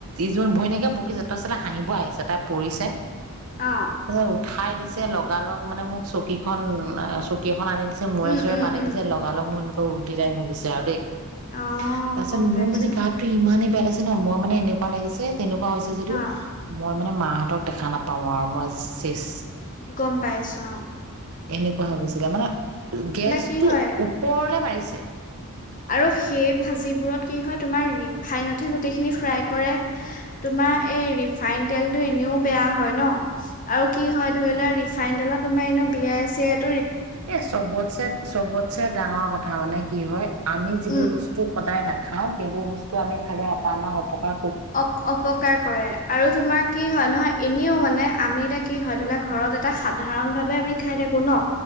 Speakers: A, on the right; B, on the left.
A: ইজ ভৈনীয়েকে বকিছে তই চালা হাঁহিব আহিছ', তাই পৰিছে।
B: অ',
A: ত উঠাই দি ছে লগালগ মানে মোক চকীখন অ চকী খন আনি দিছে মূৰে
B: উম,
A: চোৰে
B: উম,
A: পানী
B: উম,
A: দিছে লগালগ মোৰ <unintelligible>
B: অ
A: তাৰপিছত
B: গম পাইছো
A: মোৰ মানে গাটো ইমানেই বেয়া লাগিছে ন মই মানে এনেকুৱা লাগিছে তেনেকুৱা হৈছে যদিও
B: অ',
A: মই মানে মাহঁতক দেখা নাপাওঁ আৰু মই চেছ
B: গম পাই আছো অ
A: এনেকুৱা হৈ গ মানে গেছ
B: কি
A: টো
B: হয়
A: ওপৰলে মাৰি ছে
B: আৰু সেই ভাজিবোৰত কি হয় তোমাৰ ৰিফাইনতহে গোটেইখিনি ফ্ৰাই কৰে তোমাৰ এই ৰিফাইন তেলটো এনেও বেয়া হয় ন আৰু কি হয় ধৰি লোৱা ৰিফাইন তেলত তোমাৰ এনে বিয়াই চিয়াই
A: এ চবতছে চবত ছে ডাঙৰ কথা মানে কি হয় আমি যিবোৰ
B: উম
A: বস্তু সদায় না খাওঁ সেইবোৰ বস্তু আমি খালে আমাৰ থকা
B: অক অপকাৰ কৰে আৰু তোমাৰ কি হয় নহয় এনেও মানে আমি এতিয়া কি হয় ধৰি লোৱা ঘৰত এটা সাধাৰণ ভাৱে আমি খাই থাকো ন